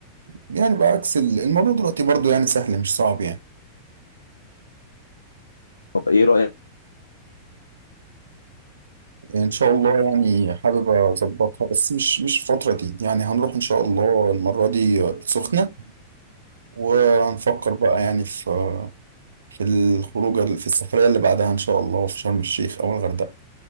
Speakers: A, on the right; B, on the left.
A: يعني بعكس ال- الموضوع دلوقتي برضو يعني سهل مش صعب يعني
B: طب ايه رايك
A: ان شاء الله يعني حابب اظبطها بس مش مش الفتره دي يعني هنروح ان شاء الله المره دي السخنه ونفكر بقى يعني في في الخروجه في السفريه اللي بعدها ان شاء الله في شرم الشيخ او الغردقه